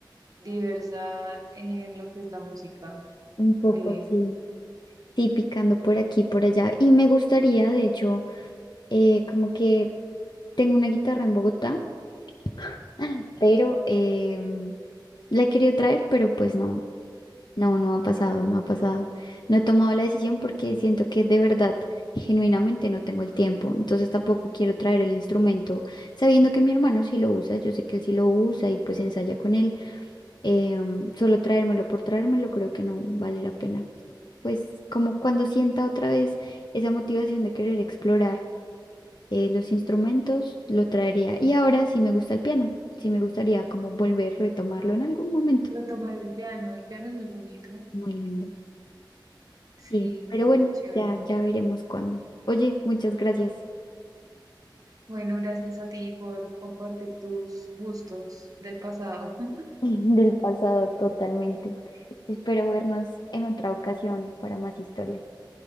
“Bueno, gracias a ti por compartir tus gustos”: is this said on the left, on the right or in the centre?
Right